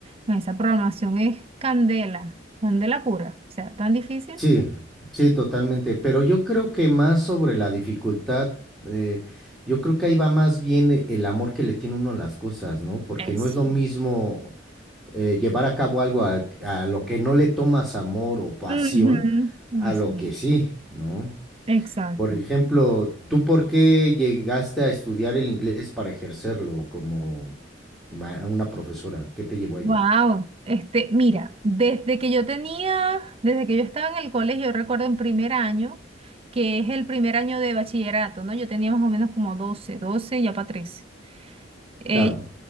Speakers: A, on the right; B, in the centre.
A: Bueno, Esa programación es candela, candela pura. O sea, tan difícil.
B: Sí, sí, totalmente. Pero yo creo que más sobre la dificultad, eh, yo creo que ahí va más bien e- el amor que le tiene uno a las cosas, ¿no? Porque
A: Eso.
B: no es lo mismo eh, llevar a cabo algo al- a, lo que no le tomas amor o pasión
A: Ujú, No
B: a
A: sé.
B: lo que sí, ¿no?
A: Exacto.
B: Por ejemplo, ¿tú por qué llegaste a estudiar el inglés para ejercerlo como ma- una profesora? ¿Qué te llevó a
A: Wow.
B: ello?
A: Este, mira, desde que yo tenía, desde que yo estaba en el colegio, yo recuerdo en primer año, que es el primer año de bachillerato, ¿no? Yo tenía más o menos como doce doce ya para trece Eh,
B: Claro.